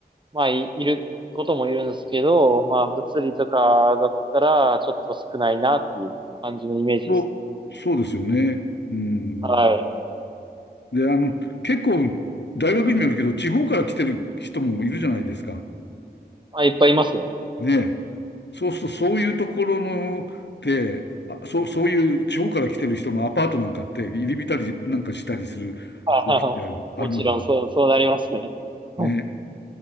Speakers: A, on the right; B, on the left.
A: まあ、い、いることもいるんですけど、まあ、物理とかだったら、ちょっと少ないなっていう感じのイメージですね。
B: と、そうですよね。うん。
A: はい。
B: で、あの、結構、大学にもよるけど、地方から来てる人もいるじゃないですか。
A: まあ、いっぱいいますね。
B: ねえ。そうすると、そういうところの、で、あ、そう、そういう地方から来てる人のアパートなんかって、入り浸りなんかしたりする
A: <laughs> ああもちろん、
B: 時ってあるあるのかな。
A: そう、そうなりますね。
B: ね。
A: うん